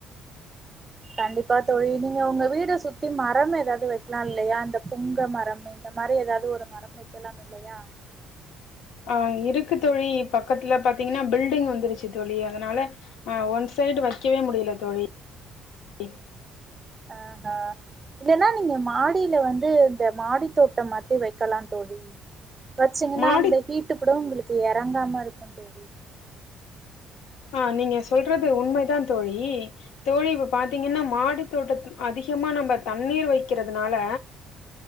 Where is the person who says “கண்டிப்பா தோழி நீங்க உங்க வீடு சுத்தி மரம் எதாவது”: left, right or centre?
Right